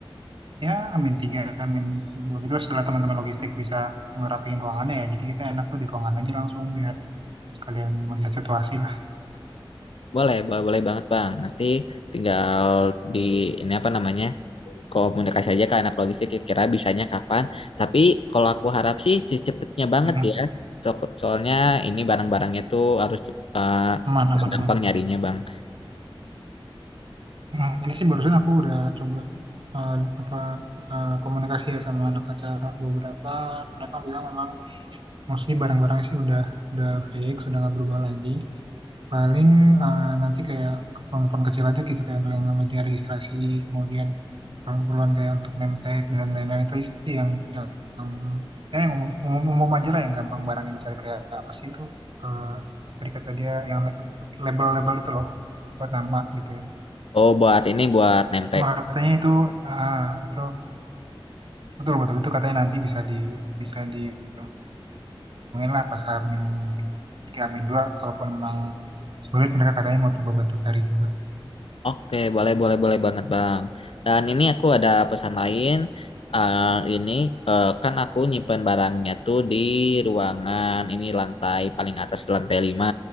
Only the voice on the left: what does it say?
Boleh, boleh, boleh banget Bang. Nanti tinggal di ini apa namanya? komunikasi aja ke anak logistik kira-kira bisanya kapan. Tapi kalau aku harap sih secepatnya banget
ya. So- soalnya ini barang-barangnya tuh harus cep-
eh, gampang
nyarinya Bang.
Oh buat ini buat nempel
Oke, boleh, boleh, boleh banget, Bang. Dan ini aku ada pesan lain. Eh, ini eh, kan aku nyimpen barangnya tuh di ruangan ini lantai paling atas di lantai 5.